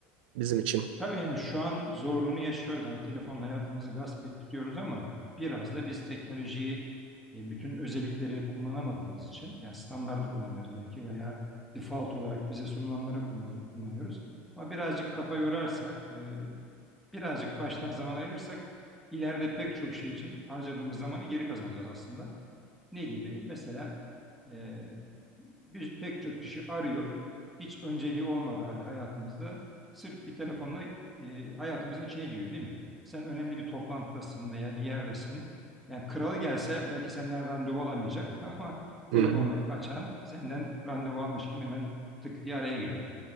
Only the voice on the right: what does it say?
bizim için.
Hı hı.